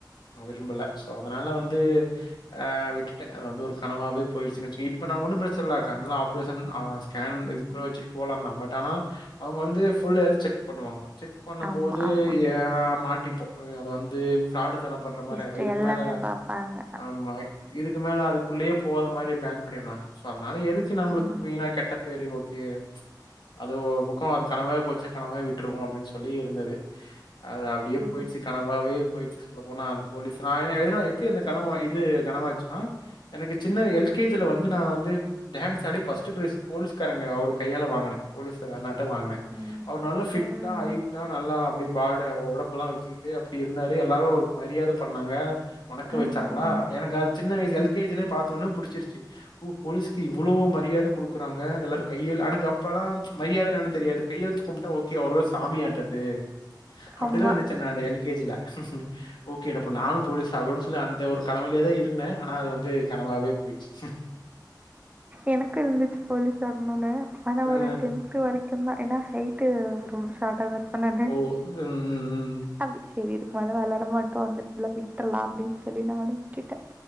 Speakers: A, on the left; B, on the right.
A: விரும்பல சோ அதனால வந்து அ விட் ட்ட அது வந்து ஒரு கனவாவேப் போயிருசுனு வெச்சு இப்ப நா ஒன்னும் பிரச்சனல கண்ல ஆப்ரேஷன் ஆ ஸ்கேன் இதுக்கூட வெச்சுர் போலாந்தா பட் ஆனா அவுங்க வந்து ஃபுல் ஹெல்த் செக் பண்ணுவாங்க செக் பண்ணும்போது
B: ஆமா, ஆமா.
A: யா மாட்டிப்போ அது வந்து ஃப்ராடு தனோம் பண் ற மாரி
B: ஹிஸ்ட்ரி
A: ஆயிடோ இதுக்கு
B: எல்லாமே
A: மேல
B: பார்ப்பாங்க.
A: ஆமா இதுக்கு மேல அதுக்குள்ளயே போவாத மாரி பேன் பண்ணிர்றாங் சோ அதனால எதுக் க்கு நம்ளுக்கு
B: ம்ஹ்ம்.
A: வீணாக் கெட்ட பேரு ஓகே அது ஒரு பக்கோ அது கனவாவே போச்சா கனவாவே விட்ருவோ அப்டின் சொல்லி இருந்தது அது அப்டியே
B: ம்ஹ்ம்.
A: போயிட்ச்சு கனவாவே போயிட்ச்சு சொல்ல போனா அந்த போலீஸ் நா எ எதுனா எப்டி அந்தக் கனவோ இது கனவாச்சுனா எனக்கு சின்ன எல் கே ஜில வந்து நா வந்து டான்ஸ் ஆடி ஃபர்ஸ்ட்டு ப்ரைஸ் போலீஸ்காரங்க அவுருக் கையால வாங்கனே போலீஸ் அண்ணாட்ட வாங்கனே
B: ம்.
A: அவுரு நல்லா ஃபிட்டா
B: ம்.
A: ஹைட்டா நல்லா அப்டி பாடு ஒடம்புலா வெச்சி கிட்டு அப்டி இருந்தாரு எல்லாரு ஒரு மரியாத பண்ணாங்க வணக்க
B: ம்.
A: வெச்சாங்ளா
B: ம். ம்.
A: எனக்கு அது சின்ன வயசு எல் கே ஜி லே பாத்தொன்னே புடிச்சிருச்சி ஒ போலீஸுக்கு இவ்ளோ மரியாத குடுக்குறாங்க எல்லாரு கையில் எனக்கு அப்பலாம் மரியாத எனானு தெரியாதுக் கையெழ்த்து கும்ட்டா ஓகே அவுருதா சாமியாட்டது அப்டிலா
B: ஆமா.
A: நெனச்சே நானு எல் கே ஜில ஓகே ட அப்ப நானும் போலீஸ் ஆகனுன் சொல்லி அந்த ஒரு கனவுலியேதா இருந்தே அனா அது வந் து கனவாவே போயிட்ச்சி
B: எனக்கு இருந்துச்சு போலீஸ் ஆகணுனு ஆனா
A: ஆ.
B: ஒரு டென்த்து வரைக் குந்தா எனா ஹைட்டு ரொம்ப ஷார்ட்டாதா இருப்பே நானு
A: ஓ! ம், ம்.
B: அப்டி செரி இதுக்கு மேல வளர மாட்டோ வந்துட்ள்ளா விட்ரலா அப்டின் சொல்லி நானு விட்டுட்டே